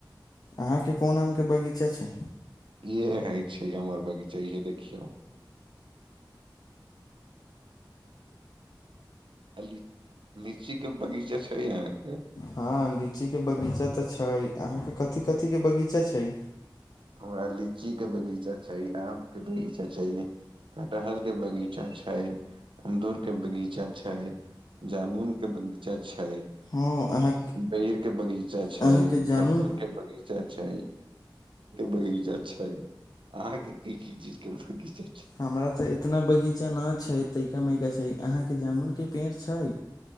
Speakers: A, on the left; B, on the right.
A: अहाँके कोन आमके बगीचा छै
B: इ ह छै हमर बगीचा चहिए देखियौ अल लीची के बगीचा छै यहाँके
A: हँ लीचीके बगीचा तऽ छै अहाँके कथी कथी के बगीचा छै
B: हमरा लीची के बगीचा छै छै आम के बगीचा छै कटहर के बगीचा छै अमदूर के बगीचा छै जामुन के बगीचा छै
A: हँ अहाँ
B: बेर के बगीचा छै
A: अहाँके जामुन
B: खजूर के बगीचा छै बगीचा छै अहाँ के की की चीज के बगीचा छै
A: हमरा तऽ इतना बगीचा न छै तयका मयका छै अहाँके जामुनके पेड़ छै